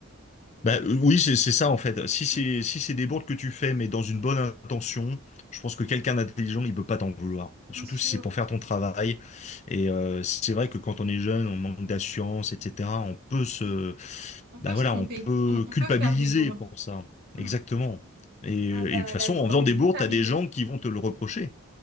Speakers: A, on the left; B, on the right.
A: Bah, euh, oui, c'est c'est ça en fait. Si c'est
B: Oui,
A: si c'est des bourdes que tu fais, mais dans une bonne intention, je pense que quelqu'un d'intelligent, il peut pas t'en vouloir.
B: bien
A: Surtout
B: sûr.
A: si c'est pour faire ton travail. Et euh, c'est vrai que quand on est jeune, on manque d'assurance, etc. On peut se,
B: Oui, on peut
A: bah voilà,
B: se tromper.
A: on peut
B: On, on
A: culpabiliser
B: peut faire des bourdes.
A: pour ça.
B: Mm.
A: Exactement. Et,
B: Ah
A: et
B: bah,
A: de toute façon,
B: la bourde
A: en faisant
B: est
A: des
B: vite
A: bourdes,
B: arrivée.
A: t'as des gens qui vont te le reprocher.